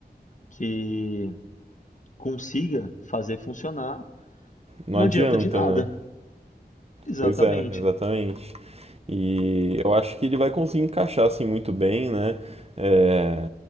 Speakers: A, on the left; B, on the right.
A: que consiga fazer funcionar,
B: não
A: não
B: adianta,
A: adianta de nada.
B: né?
A: Exatamente.
B: Pois é, exatamente. E eu acho que ele vai conseguir encaixar assim muito bem, né? É,